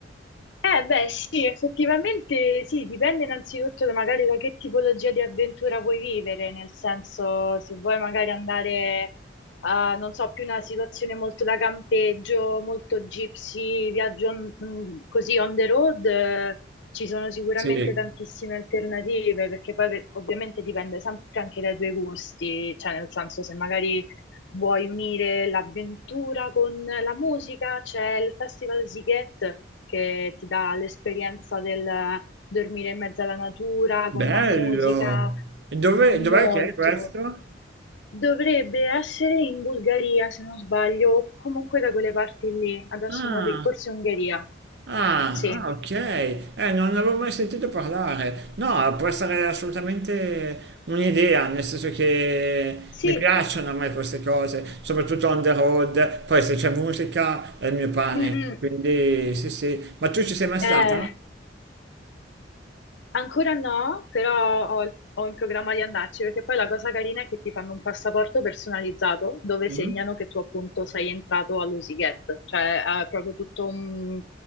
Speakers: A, on the left; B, on the right.
A: Eh beh sì, effettivamente sì, dipende innanzitutto da- magari da che tipologia di avventura vuoi vivere, nel senso se vuoi magari andare a, non so, più una situazione molto da campeggio, molto gypsy, viaggio on- mm, così on the road, eh, ci sono sicuramente
B: Sì.
A: tantissime alternative, perché poi per- ovviamente dipende sempre anche dai tuoi gusti, cioè nel senso se magari Vuoi unire l'avventura con la musica? C'è il Festival Siget che ti dà l'esperienza del dormire in mezzo alla natura con
B: Bello!
A: la musica,
B: E Dove,
A: molto.
B: dov'è che è questo?
A: Dovrebbe essere in Bulgaria, se non sbaglio, o comunque da quelle parti lì. Adesso
B: Ah.
A: non ri- forse Ungheria.
B: Ah,
A: Sì,
B: ah, ok, eh, non ne avevo mai sentito parlare. No, può essere assolutamente un'idea, nel senso che
A: sì,
B: mi piacciono a me queste cose, soprattutto on the road, poi se c'è musica è il mio pane,
A: mm, mm.
B: quindi sì, sì. Ma tu ci sei mai stata?
A: Eh, Ancora no, però ho, ho in programma di andarci perché poi la cosa carina è che ti fanno un passaporto personalizzato dove
B: Mm?
A: segnano che tu appunto sei entrato all'Usiget, cioè è proprio tutto un,